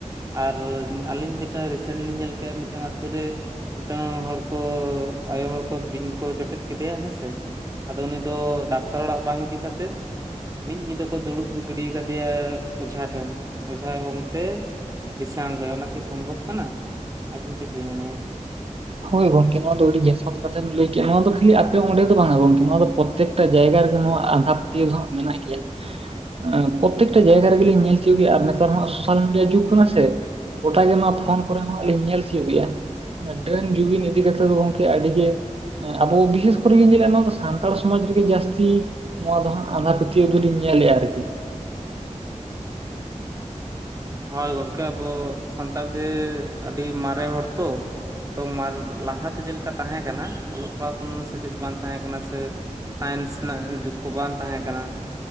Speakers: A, on the right; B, on the right.
A: ᱟᱨ ᱟᱹᱞᱤᱧ ᱡᱮᱴᱟ ᱨᱤᱥᱮᱱᱴ ᱞᱤᱧ ᱧᱮᱞ ᱠᱮᱫ ᱢᱤᱫᱴᱟᱝ ᱟᱛᱳ ᱨᱮ ᱢᱤᱫᱴᱟᱝ ᱦᱚᱲ ᱠᱚ ᱟᱭᱳ ᱦᱚᱲ ᱵᱤᱧ ᱠᱚ ᱡᱚᱴᱮᱫ ᱠᱮᱫᱮᱭᱟ ᱦᱮᱸ ᱥᱮ, ᱟᱫᱚ ᱩᱱᱤ ᱫᱚ ᱰᱟᱠᱛᱟᱨ ᱚᱲᱟᱜ ᱵᱟᱝ ᱤᱫᱤ ᱠᱟᱛᱮᱫ ᱢᱤᱫ ᱧᱤᱫᱟᱹ ᱠᱚ ᱫᱩᱲᱩᱵ ᱜᱤᱰᱤ ᱠᱟᱫᱮᱭᱟ ᱚᱡᱷᱟ ᱴᱷᱮᱱ᱾ᱚᱡᱷᱟᱭ ᱚᱝᱛᱮ ᱵᱤᱥ ᱮ ‌ᱟᱬᱜᱚᱭᱟ ᱚᱱᱟ ᱠᱤ ᱥᱚᱢᱵᱷᱚᱵ ᱠᱟᱱᱟ, ᱟᱹᱵᱤᱱ ᱪᱮᱫ ᱵᱤᱱ ᱢᱚᱱᱮᱭᱟ?
B: ᱦᱳᱭ ᱜᱚᱝᱠᱮ ᱱᱚᱣᱟ ᱫᱚ ᱟᱹᱰᱤ ᱡᱚᱛᱷᱟᱛ ᱠᱟᱛᱷᱟᱢ ᱞᱟᱹᱭ ᱠᱮᱜ-ᱟ, ᱱᱚᱣᱟ ᱫᱚ ᱠᱷᱟᱹᱞᱤ ᱟᱯᱮ ᱚᱸᱰᱮ ᱫᱚ ᱵᱟᱝᱟ ᱜᱚᱝᱠᱮ ᱱᱚᱣᱟ ᱫᱚ ᱯᱚᱨ ᱯᱨᱚᱛᱮᱠᱴᱟ ᱡᱟᱭᱜᱟ ᱨᱮᱜᱮ ᱱᱚᱣᱟ ᱟᱸᱫᱷᱟ ᱯᱟᱹᱛᱭᱟᱹᱣ ᱫᱚ ᱦᱟᱸᱜ ᱢᱮᱱᱟᱜ ᱜᱮᱭᱟ᱾ ᱦᱮᱸ, ᱯᱨᱚᱛᱮᱠᱴᱟ ᱡᱟᱭᱜᱟ ᱨᱮᱜᱮᱞᱤᱧ ᱧᱮᱞ ᱠᱮᱜ-ᱟ, ᱡᱮ ᱟᱨ ᱱᱮᱛᱟᱨ ᱢᱟ ᱥᱳᱥᱟᱞ ᱢᱤᱰᱤᱭᱟ ᱡᱩᱜᱽ ᱠᱟᱱᱟ, ᱥᱮ ᱜᱚᱴᱟᱜ ᱜᱮ ᱱᱚᱣᱟ ᱯᱷᱳᱱ ᱠᱚᱨᱮ ᱦᱟᱸᱜ ᱟᱹᱞᱤᱧ ᱧᱮᱞ ᱪᱤᱭᱳᱜ ᱜᱮᱭᱟ᱾ ᱚᱱᱟ ᱰᱟᱹᱱ ᱡᱩᱜᱤᱱ ᱤᱫᱤ ᱠᱟᱛᱮᱫ ᱫᱚ ᱜᱚᱝᱠᱮ ᱟᱹᱰᱤ ᱜᱮ ᱮᱸᱻ, ᱟᱵᱚ ᱵᱤᱥᱮᱥ ᱠᱚᱨᱮ ᱞᱤᱧ ᱧᱮᱞᱮᱜ-ᱟ ᱱᱚᱣᱟ ᱫᱚ ᱥᱟᱱᱛᱟᱲ ᱥᱚᱢᱟᱡᱽ ᱨᱮᱜᱮ ᱡᱟᱹᱥᱛᱤ ᱱᱚᱣᱟ ᱫᱚ ᱦᱟᱸᱜ ᱟᱸᱫᱷᱟ ᱯᱟᱹᱛᱭᱟᱹᱣ ᱫᱚᱞᱤᱧ ᱧᱮᱞᱮᱜ-ᱟ ᱟᱨᱠᱤ᱾
A: ᱦᱳᱭ ᱜᱚᱝᱠᱮ ᱟᱵᱚ ᱥᱟᱱᱛᱟᱲ ᱜᱮ ᱟᱹᱰᱤ ᱢᱟᱨᱮ ᱦᱚᱲ ᱛᱚ᱾ ᱛᱚ ᱢᱟᱞ ᱞᱟᱦᱟᱛᱮ ᱪᱮᱫᱞᱮᱠᱟ ᱛᱟᱦᱮᱸ ᱠᱟᱱᱟ, ᱚᱞᱚᱜ ᱯᱟᱲᱦᱟᱣ ᱠᱷᱚᱱ ᱥᱮᱪᱮᱫ ᱵᱟᱝ ᱛᱟᱦᱮᱸ ᱠᱟᱱᱟ ᱥᱮ ᱥᱟᱭᱮᱱᱥ ᱨᱮᱱᱟᱜ ᱡᱩᱜᱽ ᱠᱚ ᱵᱟᱝ ᱛᱟᱦᱮᱸ ᱠᱟᱱᱟ᱾